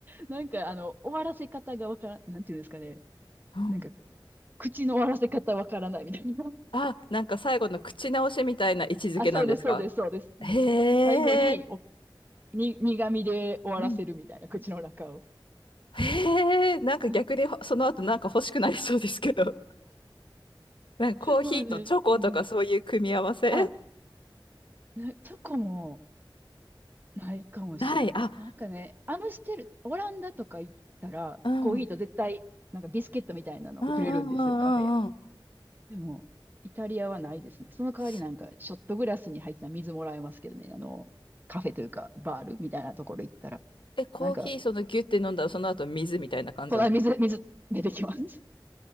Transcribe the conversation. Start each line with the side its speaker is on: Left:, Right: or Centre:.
Right: なんかあの、終わらせ方がわからん、なんていうんですかね。
Left: うん。
Right: なんか、口の終わらせ方わからないみたいな。<laughs>
Left: あ、なんか最後の口直しみたいな位置づけなんですか
Right: あ、そうです、そうです、そうです。うん。
Left: へえ。
Right: 最後に、お、に、苦味で終わらせるみたいな、
Left: うん
Right: 口の中を。
Left: へえ、なんか逆にその後なんか欲しくなりそうですけど。
Right: <laughs>
Left: <laughs> なんかコーヒーとチョコとかそういう組み合わせ
Right: まあね、うん。あ、なチョコもないかもしれん。
Left: ない。あ、
Right: なんかね、アムステル、オランダとか行ったら、
Left: うん。
Right: コーヒーと絶対、なんかビスケットみたいなのをくれるんですよ、
Left: うんうんうんうんうん。
Right: カフェ。でも、イタリアはないですね。その代わりなんか、
Left: す
Right: ショットグラスに入った水もらえますけどね、あの、カフェというか、バールみたいなところ行ったら。
Left: え、コーヒーそのギュって飲んだらその後水みたいな感じなん
Right: なんか、そ水、水出てきます。